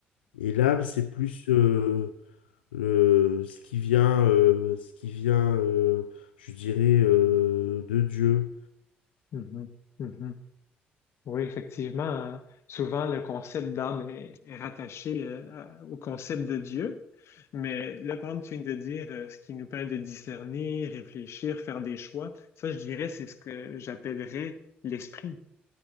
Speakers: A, on the left; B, on the left.
A: et l'âme, c'est plus euh, le, ce qui vient, euh, ce qui vient, euh, je dirais, euh, de Dieu.
B: Mhm. Mhm. Oui, effectivement, euh, souvent le concept d'âme est, est rattaché euh, à- au concept de Dieu, mais là, par exemple, tu viens de dire euh, ce qui nous permet de discerner, réfléchir, faire des choix. Ça, je dirais, c'est ce que j'appellerais l'esprit.